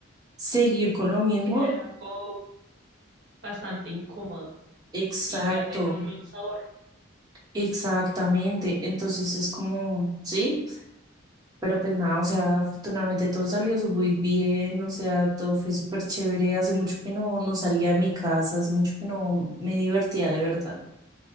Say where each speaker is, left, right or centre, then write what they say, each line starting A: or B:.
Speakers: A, on the right; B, on the right.
A: seguir con lo mismo,
B: Sí, era algo bastante incómodo
A: exacto.
B: y ya te deja un mal sabor.
A: Exactamente, entonces es como, sí, pero pues nada, o sea, afortunadamente todo salió su- muy bien, o sea, todo fue súper chévere, hace mucho que no, no salía de mi casa, hace mucho que no me divertía de verdad.